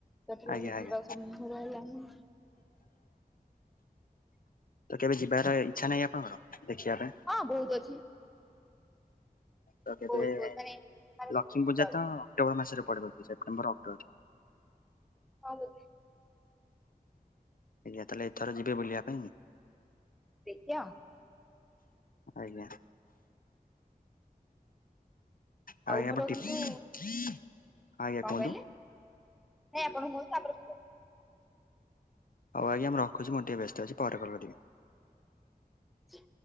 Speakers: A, in the centre; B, on the left (about 65°).
A: ସେତେବେଳେ
B: ଆଜ୍ଞା ଆଜ୍ଞା।
A: ଯିବା ସମ୍ଭବ ହେଲାନି।
B: ତ କେବେ ଯିବାର ଇଚ୍ଛା ନାହିଁ ଆପଣଙ୍କର? ଦେଖିବା ପାଇଁ
A: ହଁ ବହୁତ ଅଛି।
B: ତ କେବେ
A: ବହୁତ ବହୁତ ମାନେ ମାନେ
B: ଲକ୍ଷ୍ମୀ ପୂଜା ତ ଅକ୍ଟୋବର ମାସରେ ପଡିବ ସେପ୍ଟେମ୍ବର ଅକ୍ଟୋବର
A: ହଁ ବୋଧେ,
B: ଆଜ୍ଞା ତାହେଲେ ଏଥର ଯିବେ ବୁଲିବା ପାଇଁ
A: ଦେଖିବା ଆଉ।
B: ଆଜ୍ଞା, ଆଉ ଆଜ୍ଞା
A: ମୋର
B: ଆପଣ ଟିଫି
A: କିନ୍ତୁ
B: ହଁ ଆଜ୍ଞା
A: କଣ
B: କୁହନ୍ତୁ
A: କହିଲେ ନାଇଁ ଆପଣ କୁହନ୍ତୁ ତାପରେ ମୁଁ କହିବି।
B: ହଉ ଆଜ୍ଞା ମୁଁ ରଖୁଛି ମୁଁ ଟିକେ ବ୍ୟସ୍ତ ଅଛି ପରେ କଲ୍ କରିବି।
A: ଚି,